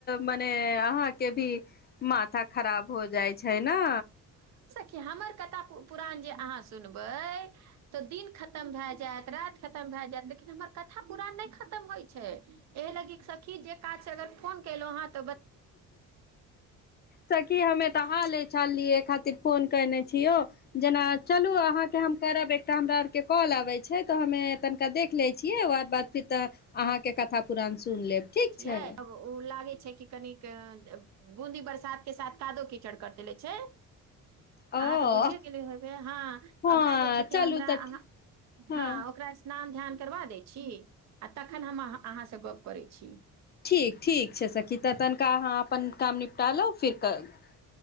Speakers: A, on the left; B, on the right.
A: मने अहांके भी माथा खराब हो जाइ छै। ना।
B: खी, हमर कथा पुरान जे अहां सुनबै त दिन खतम भए जायत, राति खतम भए जायत, लेकिन हमर कथा पुरान नहि खतम होइ छै, एहि लगे सखी जे काज अगर फोन कलौ हाँ ते ब
A: सखी हमे त हालै चाल लियै खातिर फोन केने छियौ, जेना चलु अहांके हम करब एकटा हमरा आरके कॉल आबै छै त हमे तनिका देख लै छियै ओ बाद फिर त अहांके कथा पुरान सुन लेब। ठीक
B: कियै,
A: छै
B: ओ ओ लागै छै कि कनिक बुंदी बरसात के साथ कादो कीचड़ कर देले छै।
A: ओ
B: अहां त बुझिये गेल हेबै, हां,
A: हँ
B: अगला जे छै
A: चलू
B: कि हमरा
A: तऽ
B: अहां, -
A: हँ
B: हां ओकरा स्नान धेयान करबा दै छी आ तखन हम अहां अहांसे गप करै छी।
A: ठीक ठीक छै सखी, त तनिका अहां अपन काम नि पटा लौ फिर क